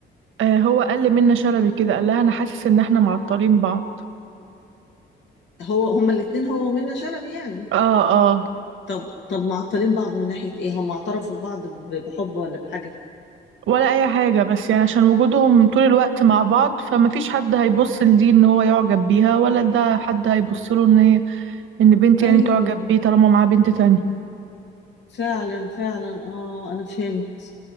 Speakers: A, on the right; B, on the left.
A: آه، هو قال لمنى شلبي كده قال لها انا حاسس ان احنا معطلين بعض
B: هو هما الاتنين هو ومنة شلبي يعني
A: اه اه
B: طب طب معطلين بعض من ناحية ايه هم اعترفوا لبعض ب- بحب ولا بحاجة
A: ولا اي حاجة بس يعني عشان وجودهم طول الوقت مع بعض فمفيش حد هيبص لدي ان هو يعجب بيها ولا ده حد هيبص له ان هي- ان بنت
B: ايوه
A: يعني تعجب بيه طالما معاه بنت تانية
B: فعلا فعلا اه انا فهمت